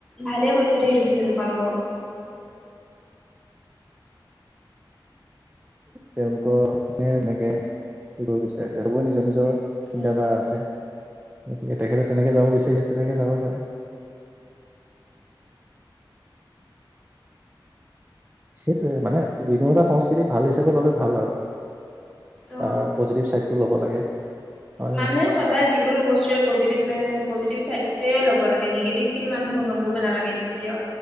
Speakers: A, in the centre; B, on the right (about 25°).
A: ভালে কৈছা দেই তুমি সেইটো কাম বাৱ
B: তেওঁলোকৰ যে যেনেকে দিব বিচাৰে তেওঁলোকৰ নিজৰ নিজৰ
A: উম
B: চিন্ত ধাৰা আছে গতিকে তেখেতে তেনেকে যাব বিচাৰিছে তেনেকে যাব পাৰে সেইটোয়ে মানে যিকোনো এটা সংস্কৃতি ভাল হিচাপে ললে ভাল আৰু
A: অ
B: তাৰ পজিটিভ ছাইডটো ল'ব লাগে হয় নে
A: মানুহ
B: নহয়
A: সদায় যিকোনো বস্তুৱে পজিটিভ পজিটিভ চাইডে ল'ব লাগে, নিগেটিভ খিনি মানুহে গ্ৰহণ কৰিব নালাগে। কেতিয়াও।